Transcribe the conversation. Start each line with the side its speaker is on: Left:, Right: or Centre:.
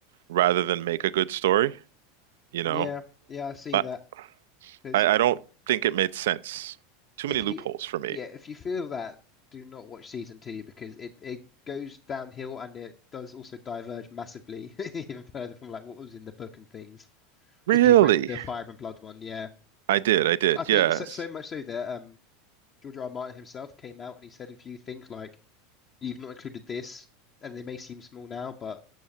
Right: rather than make a good story, you
Left: Yeah,
Right: know?
Left: yeah, I see
Right: I,
Left: that. Because
Right: I I don't think it made sense. Too
Left: if
Right: many loopholes
Left: you,
Right: for me.
Left: yeah, if you feel that, do not watch season two because it it goes downhill and it does also diverge massively <laughs> even further from like what was in the book and things.
Right: Really?
Left: If you've read the Fire and Blood one, yeah,
Right: I did. I did.
Left: I think
Right: Yes.
Left: so so much so that um George R. R. Martin himself came out and he said if you think like you've not included this and they may seem small now, but